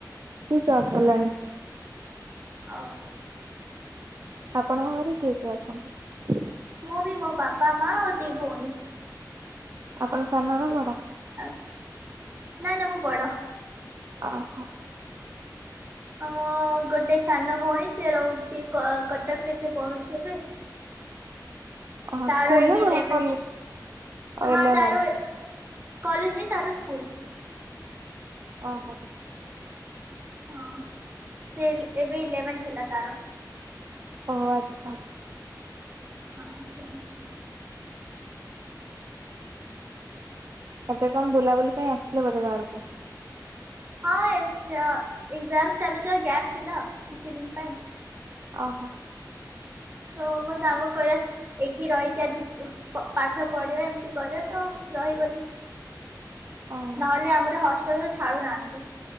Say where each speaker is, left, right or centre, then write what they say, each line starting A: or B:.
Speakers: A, on the right; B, on the right.
A: ସେ ଚଗଲାମି।
B: ଓ ହୋ।
A: ଆପଣଙ୍କ ଘରେ କିଏ କି ଅଛନ୍ତି?
B: ମୁଁ ବି ମୋ ବାପା ମା ଆଉ ଦି ଭଉଣୀ।
A: ଆପଣ ସାନ ନା
B: ଇଁ
A: ବଡ?
B: ଆଁ ନା ନା ମୁଁ ବଡ।
A: ଓହୋ।
B: ଓହ ଗୋଟେ ସାନ ଭଉଣୀ ସେ ରହୁଛି କଟକ ରେ ସେ ପଡୁଛି ଏବେ। <unintelligible>
A: ଓହୋ
B: ତାର
A: ସ୍କୁଲ
B: ଏବେ
A: ନା
B: ଇଲେଭେନ୍ଥ
A: କଲେଜ ଓ
B: ହଁ
A: ଇଲେଭେନ୍
B: ତାର। କଲେଜ ହିଁ ତାର ସ୍କୁଲ।
A: ଓହୋ।
B: ହଁ ସେ ଏବେ ଇଲେଭେନ୍ଥ ହେଲା ତାର।
A: ଓହ ଆଚ୍ଛା।
B: ହଁ ସେମିତି <unintelligible>
A: ଏବେ କଣ ବୁଲାବୁଲି ପାଇଁ ଆସିଥିଲ ବୋଧେ ବାହାରକୁ।
B: ହଁ ଏମତି ଆଉ ଏକ୍ସଜାମ୍ ଚାଲୁଥିବା ଗ୍ୟାପ ଥିଲା କିଛି ଦିନ ପାଇଁ।
A: ଓହ
B: ତ ମୋ ସାଙ୍ଗ କହିଲା ଏଇଠି ରହିକି ଆଜି। ପାଠ ପଢିବା ଏମତି କରିବା ତ ରହିଗଲି
A: ଓହୋ
B: ନହେଲେ ଆମର ହଷ୍ଟ୍ ଚଲ ଛାଡ଼ୁନାହାନ୍ତି।